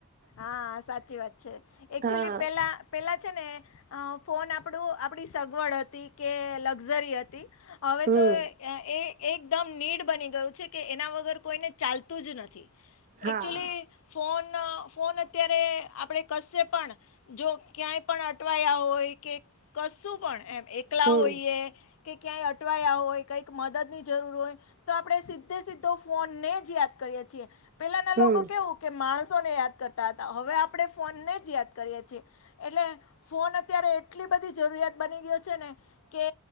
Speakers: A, on the left (about 65°); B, on the right (about 40°).
A: હા સાચી વાત છે એકક્ચુલી
B: હા
A: પેલા પેલા છે ને અ ફોન આપડુ આપડી સગવડ હતી કે લક્ઝરી હતી હવે
B: હમ
A: તો એ અ એ એકદમ નીડ બની ગયું છે કે એના વગર કોઈને ચાલતું જ નથી.
B: હા
A: એક્ચુલી ફોન ફોન અત્યારે આપડે કશે પણ જો ક્યાંય પણ અટવાયા હોય કે કશું પણ એમ એકલા
B: હમ
A: હોઈએ કે ક્યાંય અટવાયા હોય કંઈક મદદની જરૂર હોય તો આપડે સીધે સીધો ફોનને જ યાદ કરીએ છીએ. પેલાના
B: હમ
A: લોકો કેવું કે માણસોને યાદ કરતા હતા હવે આપડે ફોનને જ યાદ કરીએ છીએ એટલે ફોન અત્યારે એટલી બધી જરૂરિયાત બની ગયો છે ને કે